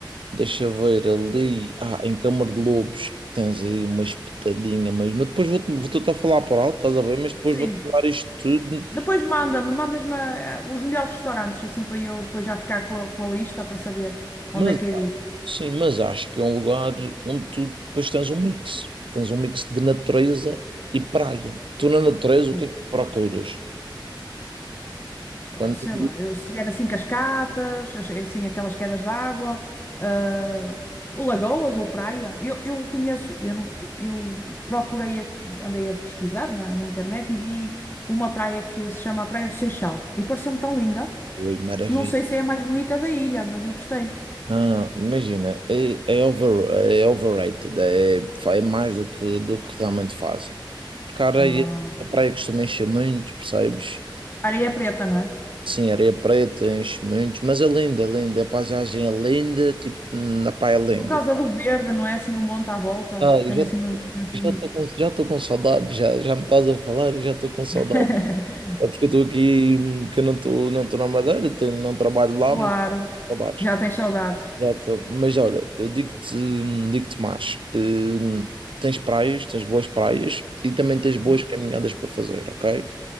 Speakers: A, on the right; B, on the left.
A: deixa ver ali, ah, em Câmara de Lobos, tens aí uma espetadinha mesmo. Mas depois vou-te vou-te a falar por alto, estás a ver? Mas depois
B: Sim.
A: vou-te dar isto tudo.
B: Depois manda-me, mandas-me eh, os melhores restaurantes, assim para eu depois já ficar com a, com a lista para saber onde
A: Mas,
B: é que hei de ir.
A: sim, mas acho que é um lugar onde tu depois tens um mix. Tens um mix de natureza e praia. Tu na natureza,
B: Pô,
A: o que é que tu procuras?
B: ai,
A: Quando
B: sei lá, eu, se tiver assim cascatas, as- assim aquelas quedas de água, ah, lagoas ou praia. Eu, eu conheço, eu, não, eu procurei, a- andei a pesquisar na, na internet e vi uma praia que se chama a Praia do Seixal e pareceu-me tão linda.
A: Ui, maravilha.
B: Não sei se é a mais bonita da ilha, mas eu gostei.
A: Não, não, imagina, é, é, over, é overrated, é, fa- é mais do que, do que realmente fazem. Porque a areia,
B: Ah,
A: a praia costuma encher muito, percebes?
B: areia é preta, não é?
A: Sim, areia preta enche muito, mas é linda, é linda, a paisagem é linda, tipo, na praia é linda.
B: Por causa do verde, não é assim um monte à volta?
A: Ah, eu
B: Tem
A: já
B: assim uma evolução
A: já
B: bonita.
A: estou com, já tô com saudade, já, já me estás a falar, eu já estou com saudade.
B: <laughs>
A: É porque eu estou aqui, hum, que eu não estou não estou na Madeira, tenho, não trabalho lá,
B: Claro.
A: mas tô com saudades.
B: Já tens saudades.
A: Já estou. Mas olha, eu digo-te, digo-te mais. Hum, tens praias, tens boas praias e também tens
B: Uhum,
A: boas caminhadas para fazer, ok?